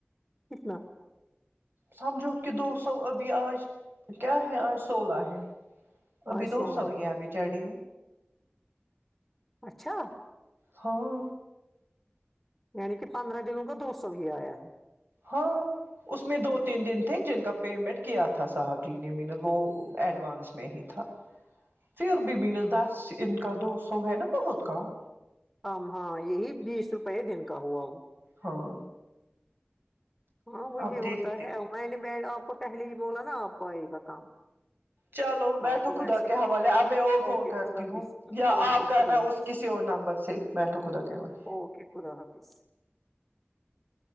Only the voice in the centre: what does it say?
کتنا
آج
سولہ
ہے
اچھا
یعنی کہ پندرہ دنوں کا دو سو ہی آیا ہے
کم ہاں یہی بیس روپے دن کا ہوا
ہاں وہی
ہوتا ہے میں نے میں آپ کو پہلے ہی بولا نا آپ کو آئے گا کام
آپ کو
ویسے
اوکے
خدا حافظ
اوکے
خدا حافظ
اوکے خدا حافظ